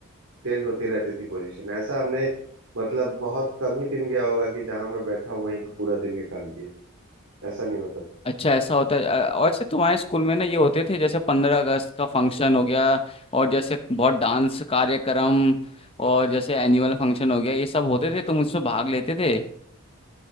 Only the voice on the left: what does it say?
अच्छा ऐसा होता है अ, और ऐसे तुम्हारे स्कूल में ना ये होते थे जैसे पंद्रह अगस्त का फंक्शन हो गया और जैसे बहुत डांस कार्यक्रम और जैसे एनुअल फंक्शन हो गया ये सब होते थे तुम उसमें भाग लेते थे